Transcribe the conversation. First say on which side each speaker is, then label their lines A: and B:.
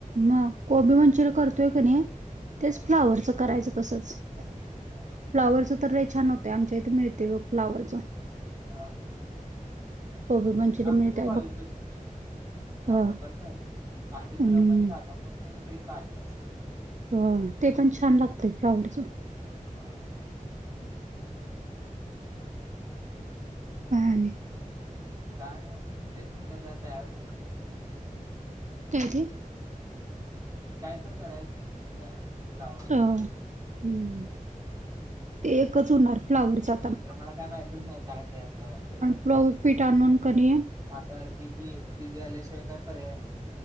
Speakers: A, on the right; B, on the right.
A: मग कोबी मंचुरियन करतोय क नाही,
B: हा
A: तेच फ्लावरचं करायचं तसंच फ्लावरचं
B: हा
A: तर लय छान होतय, आमच्या इथं मिळतय बघ फ्लावरचं
B: हा
A: कोबी मंचुरियन
B: आमच्या
A: मिळतय
B: पण कॉलेजपशी
A: बघ
B: मिळत हूतं,, खरं
A: अ
B: आता बंद झालं ते अतिक्रमण
A: हम्म
B: झाला म्हणून क नाही ते काढलंच
A: होय, ते पण छान लागतय फ्लावरच
B: होय
A: <inaudible> काय आणी?
B: काय नाही बघ,, मी तेच म्हटलं जरा तयार करूया म्हटलं
A: काय ते
B: काय तर करायचं म्हटलं त्यात, फ्लावर
A: होय, हं, ते एकच हुणार फ्लावरचा
B: तर मला काय माहितच नाही काय तयार करायचं
A: -फ्लावर पीठ आणून कनी
B: आता दिदी दिदी आल्याशिवाय काय पर्याय